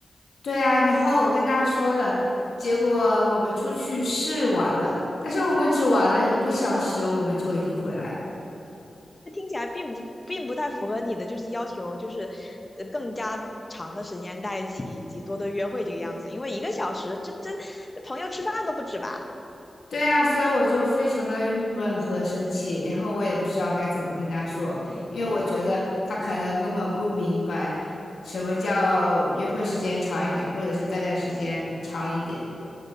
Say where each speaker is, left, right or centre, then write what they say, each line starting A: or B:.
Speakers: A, on the left (about 85°); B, on the left (about 25°).
A: 对啊，然后我跟他说了，结果我们出去试玩了，但是我们只玩了一个小时，我们就已经回来了。
B: 这听起来并不并不太符合你的就是要求，就是呃更加长的时间在一起以及多多约会这个样子。因为一个小时，这这朋友吃饭都不止吧？
A: 对啊，所以我就非常的郁闷和生气，然后我也不知道该怎么跟他说，
B: 嗯。
A: 因为我觉得他可能根本不明白什么叫约会时间长一点，或者是待在时间长一点。